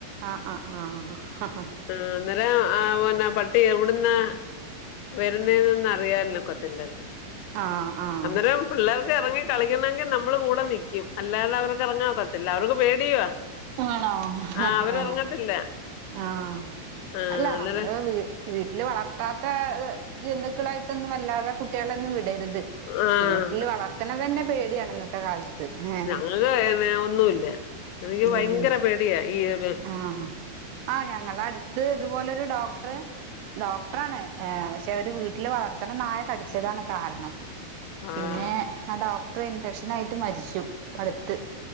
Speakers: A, on the right (about 85°); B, on the left (about 80°).
A: ആഹ് ആഹ് ആഹ്
B: ആ അന്നേരം ആ പിന്നെ പട്ടി എവിടുന്നാ വരുന്നേന്നെന്ന് അറിയാനൊക്കത്തില്ലല്ലോ
A: ആഹ് ആഹ്
B: അന്നേരം പിള്ളേർക്ക് എറങ്ങി കളിക്കണെങ്കി നമ്മള് കൂടെ നിക്കും അല്ലാതവർക്ക് എറങ്ങാനൊക്കത്തില്ല അവർക്ക് പേടിയുവാ
A: ആണോ
B: ആഹ് അവരെറങ്ങത്തില്ല
A: ആഹ്
B: ആഹ്
A: അല്ല
B: അന്നേരം
A: നമ്മള് വീട്ട് വീട്ടില് വളർത്താത്ത തെഹ് ജന്തുക്കളായിട്ടൊന്നും വല്ലാതെ കുട്ടികളെ ഒന്നും വിടരുത്
B: ആഹ്
A: വീട്ടിൽ വളർത്തന തന്നെ പേടിയാണ് ഇന്നത്തെ കാലത്ത് ഏഹ്
B: ഞങ്ങക്ക് ഏനെ ഒന്നും ഇല്ല എനിക്ക്
A: ഉം
B: ഭയങ്കര പേടിയാ ഈർ
A: ആഹ് ആഹ് ആ ഞങ്ങളടിത്ത് ഇതുപോലൊരു ഡോക്ടറെ ഡോക്ടറാണ് ഏഹ് പക്ഷെ അവര് വീട്ടില് വളർത്തണ നായ കടിച്ചതാണ് കാരണം
B: ആഹ്
A: പിന്നെ ആ ഡോക്ടറെ ഇൻഫെക്ഷനായിട്ട് മരിച്ചു ഇപ്പ അടുത്ത്